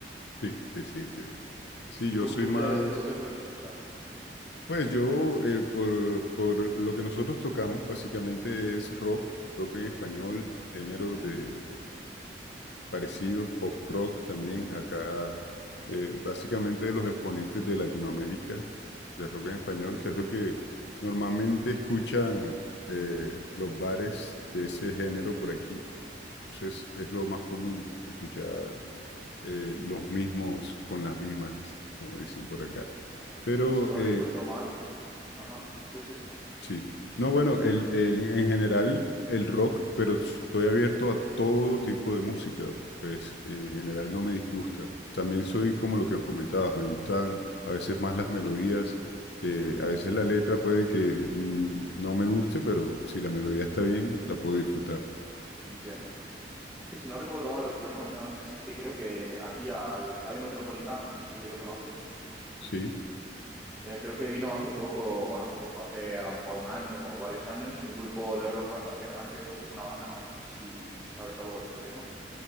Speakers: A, on the left; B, in the centre.
A: Sí, sí, sí, entiendo. Sí, yo
B: ¿Tú,
A: soy
B: tú
A: más,
B: qué, tú qué sueles escuchar? Eso es.
A: pues yo, eh, por, por lo que nosotros tocamos, básicamente es rock, rock en español, géneros
B: Ujú.
A: de, parecidos, pop rock también, acá eh, básicamente de los exponentes de Latinoamérica, de rock en español, que es lo que normalmente escuchan eh, los bares de ese género por aquí. Entonces es lo más común escuchar eh, los mismos con las mismas, como dicen por acá. Pero
B: Si no
A: eh,
B: recuerdo mal, ajá, sí, sí,
A: Sí. No, bueno, el, el- en general el rock, pero estoy abierto a todo tipo de música, pues en general no me disgusta. También soy como lo que comentabas, me gustan a veces más las melodías, que
B: Mm,
A: a veces la letra puede que mm, no me guste, pero si la melodía está bien, la puedo disfrutar.
B: entiendo. Que si no recuerdo mal lo que te iba a comentar antes es que creo que aquí al Estadio Metropolitano, no sé si lo conoces,
A: Sí.
B: Eh, creo que vino hace poco, bueno, hace poco, hace a lo mejor un año o varios años, un grupo de rock bastante grande o una banda, no, no sé si sabes algo de ese tema.